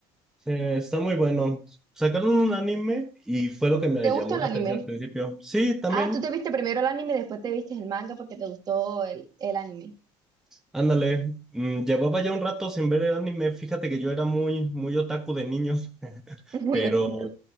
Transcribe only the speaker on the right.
¿Te gustó
el
anime?
Ah, tú te viste primero el anime, después te viste el manga porque te gustó el, el anime.
<laughs> Muy
ótico.